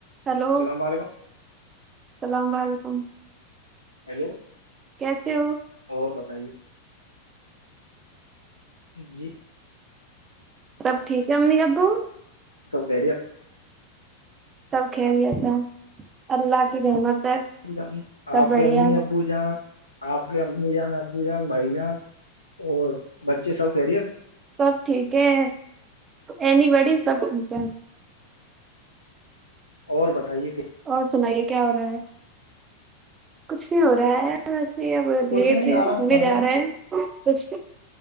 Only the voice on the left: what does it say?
السلام علیکم
ہیلو
اور بتائیے جی
سب کرہی آپ
ا ج
آپ
کے امی ابو جہاں آپ کے امی جان ابو جان بھائی جان اور بچے سب کہہرییے
اور بتائیے کہ
کچھ
نہیں
آرام
کر